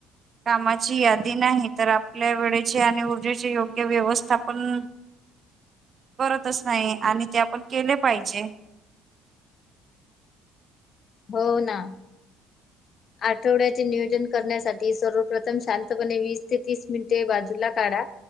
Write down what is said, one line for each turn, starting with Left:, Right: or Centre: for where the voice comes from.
Right: कामाची यादी नाही तर आपल्या वेळेचे आणि ऊर्जेचे योग्य व्यवस्थापन करतच नाही आणि ते आपण केले पाहिजे.
Left: हो ना. आठवड्याचे नियोजन करण्यासाठी सर्वप्रथम शांतपणे वीस ते तीस मिनिटे बाजूला काढा.